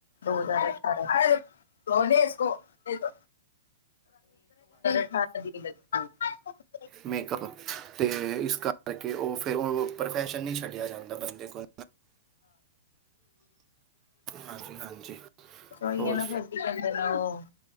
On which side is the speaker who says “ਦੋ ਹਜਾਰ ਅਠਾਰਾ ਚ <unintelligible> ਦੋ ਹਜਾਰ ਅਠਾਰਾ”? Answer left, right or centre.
Left